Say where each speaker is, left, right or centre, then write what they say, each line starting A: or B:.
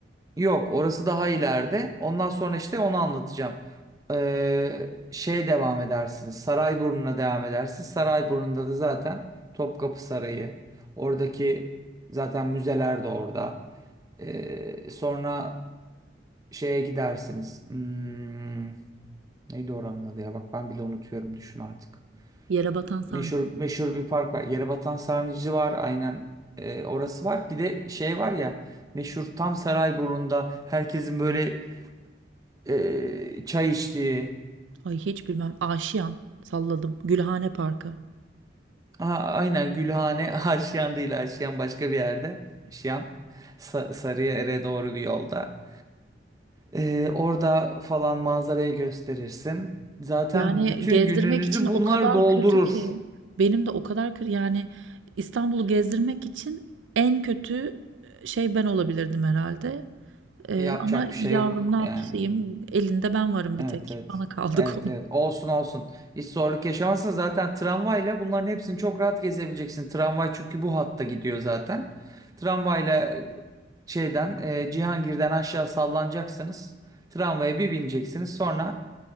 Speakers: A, on the right; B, on the right.
A: Yok, orası daha ileride. Ondan sonra işte onu anlatacağım. Ee, şey devam edersiniz. Sarayburnu'na devam edersiniz. Sarayburnu'nda da zaten Topkapı Sarayı. Oradaki zaten müzeler de orada. Ee, sonra şeye gidersiniz. Hmm, neydi oranın adı ya? Bak ben bile unutuyorum düşün artık.
B: Yere batan sarnıcı.
A: Meşhur meşhur bir park var. Yerebatan Sarnıcı var. Aynen Ee, orası var. Bir de şey var ya meşhur tam Sarayburnu'nda herkesin böyle ee, çay içtiği.
B: Ay hiç bilmem. Aşiyan salladım. Gülhane Parkı.
A: Aha, aynen Gülhane <laughs> Aşyan değil Aşyan başka bir yerde. Aşyan Sa Sarıyer'e doğru bir yolda. Ee, orada falan manzarayı gösterirsin. Zaten
B: Yani
A: bütün
B: gezdirmek
A: gününüzü
B: için
A: bunlar
B: o kadar
A: doldurur.
B: kötü ki. Benim de o kadar kötü. Yani İstanbul'u gezdirmek için en kötü e, şey ben olabilirdim herhalde. Eee,
A: Yapacak
B: ama
A: bir şey
B: yavrum
A: yok
B: ne
A: yani.
B: yapayım? Elinde ben varım
A: Evet
B: bir tek.
A: evet.
B: Bana kaldı
A: Evet
B: <laughs> konu.
A: evet. Olsun olsun. Hiç zorluk yaşamazsın. Zaten tramvayla bunların hepsini çok rahat gezebileceksin. Tramvay çünkü bu hatta gidiyor zaten. Tramvayla e, şeyden e, Cihangir'den aşağı sallanacaksınız. Tramvaya bir bineceksiniz. Sonra